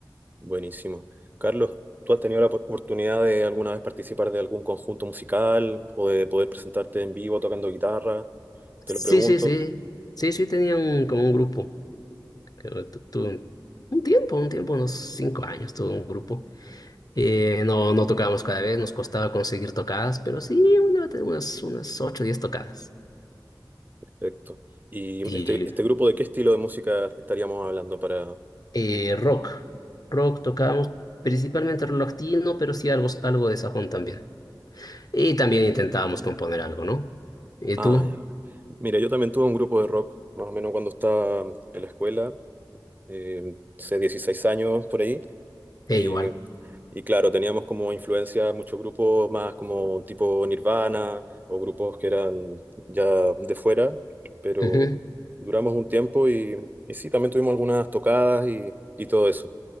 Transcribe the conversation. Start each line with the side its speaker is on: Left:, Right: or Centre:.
Right: Buenísimo. Carlos, ¿tú has tenido la op- oportunidad de alguna vez participar de algún conjunto musical o de poder presentarte en vivo tocando guitarra? Te
Left: Sí,
Right: lo pregunto.
Left: sí, sí, sí, sí, tenía un, como un grupo, que tu- tuve un, un tiempo, un tiempo, unos cinco años tuve un grupo. Eh, no, no tocábamos cada vez, nos costaba conseguir tocadas, pero sí, una- unas, unas ocho, o diez tocadas.
Right: Perfecto. ¿Y
Left: Y
Right: este, este grupo de qué estilo de música estaríamos hablando para...?
Left: Eh, rock. Rock tocábamos principalmente rock latino, pero sí algo, algo de sajón también. Y también intentábamos componer algo, ¿no? ¿Y
Right: Ah,
Left: tú?
Right: ya. Mira, yo también tuve un grupo de rock, más o menos cuando estaba en la escuela, eh, hace 16 años por ahí.
Left: Eh,
Right: Y,
Left: igual.
Right: y claro, teníamos como influencia muchos grupos más como tipo Nirvana o grupos que eran ya de fuera, pero
Left: Ujú,
Right: duramos un tiempo y, y sí, también tuvimos algunas tocadas y, y todo eso.